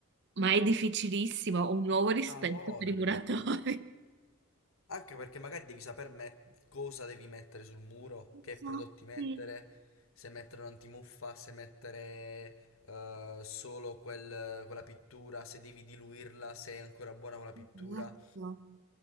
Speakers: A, on the right; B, on the left.
A: ma è difficilissimo. Ho Un nuovo rispetto
B: Ha voglia.
A: per i muratori.
B: Anche perché magari devi sapere met- cosa devi mettere sul muro,
A: Infatti,
B: che prodotti mettere, se mettere un'antimuffa, se mettere eh, solo quel- quella pittura, se devi diluirla, se è ancora buona quella pittura.
A: esatto.